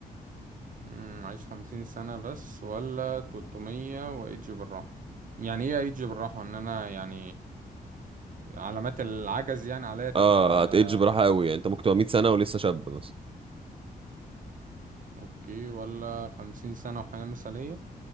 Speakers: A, on the right; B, on the right.
A: امم عايش خمسين سنه بس ولا تلتمية وايجي بالراحه يعني ايه ايجي بالراحه ان انا يعني علامات العجز يعني عليا تبقى
B: اه هتأج براحه قوي يعني انت ممكن تبقى 100 سنه ولسه شاب بس
A: اوكي ولا خمسين سنة وحياة مثالية